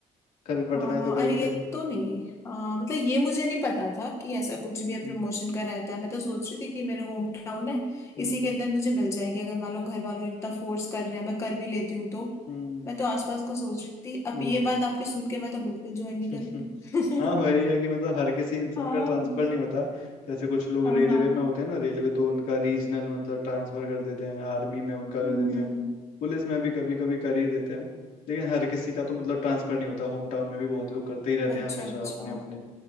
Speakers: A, on the left (about 75°); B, on the left (about 20°).
A: कभी
B: हाँ
A: पटना है
B: हाँ
A: तो कभी
B: अरे ये
A: कहीं
B: तो नहीं आ, मतलब ये मुझे नहीं पता था कि ऐसा कुछ भी है
A: हम्म
B: प्रमोशन का रहता है मैं तो सोच रही थी कि मेरे होम टाउन है
A: हम्म
B: इसी के अंदर मुझे मिल जाएगी अगर मान लो घर वालों ने इतना फोर्स कर रहे हैं मैं कर भी लेती हूँ तो
A: हम्म,
B: मैं तो आसपास को सोच रही थी अब ये
A: ओके
B: बात आपके सुन के मैं तो बिल्कुल ज्वाइन नहीं
A: <laughs>
B: करूंगी
A: हाँ वही है कि मतलब हर किसी इंसान
B: <laughs> हाँ
A: का ट्रांसफर नहीं होता जैसे कुछ लोग
B: हाँ
A: रेलवे
B: हाँ
A: में होते हैं ना रेलवे तो उनका रीजनल मतलब ट्रांसफर कर देते हैं आर्मी में उनका कर
B: हम्म
A: देते
B: हम्म,
A: हैं पुलिस में भी कभी कभी कर ही देते हैं लेकिन हर किसी का तो मतलब ट्रांसफर नहीं होता होम टाउन में भी बहुत लोग करते ही रहते
B: अच्छा
A: हैं हमेशा
B: अच्छा
A: अपने अपने